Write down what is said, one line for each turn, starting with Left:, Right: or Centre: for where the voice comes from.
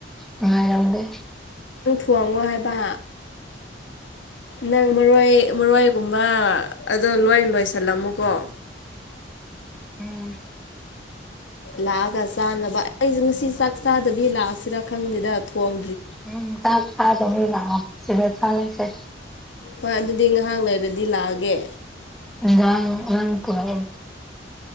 Centre: ꯉꯉꯥꯏꯔꯗꯦ
Left: ꯈꯣꯡꯉꯣ ꯍꯥꯏꯕ ꯅꯪ ꯃꯔꯣꯏ ꯃꯔꯣꯏꯒꯨꯝꯕ ꯑꯗꯣ ꯂꯣꯏ ꯂꯣꯏꯁꯤꯜꯂꯝꯃꯨꯀꯣ
Centre: <unintelligible> ꯎꯝ
Left: ꯂꯥꯛꯑꯒ ꯆꯥꯅꯕ ꯑꯩꯁꯦ ꯉꯁꯤ ꯆꯥꯛ ꯆꯥꯗꯕꯤ ꯂꯥꯛꯑꯁꯤꯔ ꯈꯪꯉꯦꯗ ꯊꯣꯡ
Centre: ꯎꯝ ꯀꯥꯛ ꯊꯥꯗꯧ ꯂꯉꯣ ꯁꯤꯚꯦ ꯊꯁꯦ
Left: ꯍꯣꯏ ꯑꯗꯨꯗꯤ ꯉꯥꯏꯍꯥꯛ ꯂꯩꯔꯗꯤ ꯂꯥꯛꯑꯒꯦ
Centre: ꯂ ꯅꯪ ꯀꯔ